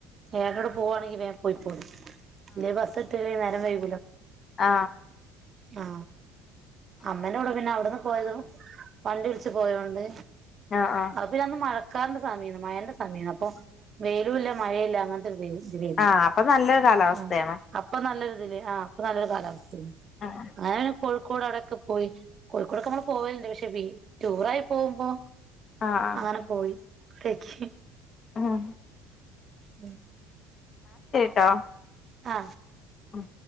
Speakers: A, on the right; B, on the left.
A: ഏട്ടടെ പോകുവാണെങ്കില് വേ പോയ്ക്കോളീം ഇല്ലേൽബസ് ഇട്ട്ല്ലെങ്കിൽ നേരം വൈ-
B: ആ
A: ആ അമ്മേൻ്റകൂടെ പിന്നെ അവിടെന്ന് പോയതു വണ്ടി വിളിച്ച് പോയതോണ്ട്
B: ആഹ് ആഹ്
A: അ പിന്നന്ന് മഴ ക്കാറിൻ്റ സമഴേന്നു മഴന്റെസമേന്നു അ പ്പോ വെയിലുംല്ല മഴേല്ല അങ്ങൻ ത്തെ തിലേ ന്നു
B: ആഹ് അപ്പൊ നല്ലൊരു കാലാവസ്ഥയാണ്
A: ആ അപ്പൊ നല്ല രു തില് ആ അപ്പൊ നല്ലൊരു കാലാവസ്ഥയേ ന്നു
B: ആഹ്
A: അങ്ങനെ പിന്നെ കോ ക്കോട് അവിടൊക്കെ പോയി കോഴിക്കോടൊക്കെ നമ്മള് പോവല്ണ്ട് പക്ഷെ വീ ടൂറായി പോകുമ്പോ.
B: ആഹ്
A: അങ്ങനെ പോയി രക്ഷി
B: ഉം എന്നാ
A: ഉം,
B: <unintelligible>
A: ആ
B: ഉം,